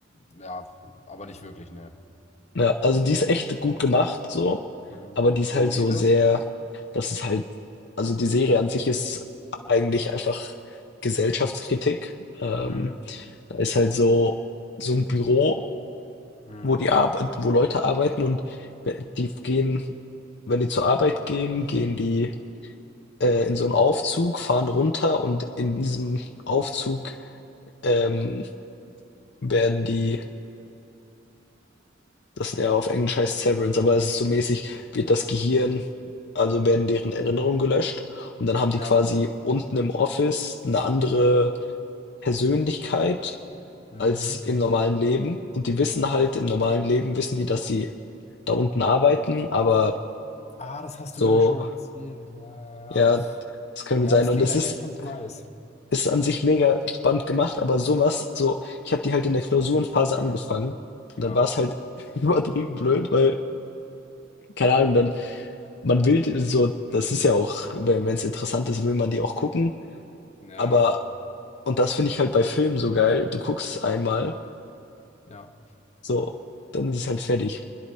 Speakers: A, on the left; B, on the left.
A: ja, aber nicht wirklich, ne?
B: Ja, also die ist echt gut gemacht, so,
A: Mhm.
B: aber die ist
A: Worum
B: halt so
A: geht
B: sehr,
A: es?
B: das ist halt, also die Serie an sich ist eigentlich einfach Gesellschaftskritik. Ähm,
A: Mhm.
B: da ist halt so, so ein Büro,
A: Mhm.
B: wo die Arbeit, wo Leute arbeiten und die gehen, wenn die zur Arbeit gehen, gehen die äh, in so einen Aufzug, fahren runter und in diesem Aufzug ähm, werden die Das ja, auf Englisch heißt Severance, aber es ist so mäßig, wird das Gehirn, also werden deren Erinnerungen gelöscht und dann haben die
A: Ja.
B: quasi unten im Office eine andere Persönlichkeit
A: Mhm.
B: als im normalen Leben. Und die wissen halt, im normalen Leben wissen die, dass sie da unten arbeiten, aber
A: Ah, das hast
B: so,
A: du, glaube ich, schon mal erzählt. Ja, ja, ja.
B: ja, das kann gut
A: Ja,
B: sein.
A: das
B: Und
A: klingt
B: es
A: eigentlich
B: ist,
A: echt ganz nice.
B: ist an sich mega spannend gemacht, aber sowas, so, ich habe die halt in der Klausurenphase angefangen und
A: Ja.
B: dann war es halt <laughs> übertrieben blöd, weil, keine Ahnung, dann. Man will d so das ist ja auch, wenn es interessant ist, will man die auch gucken,
A: Naja.
B: aber und das finde ich halt bei Filmen so geil, du guckst einmal,
A: Ja. Ja.
B: so, dann ist es halt fertig.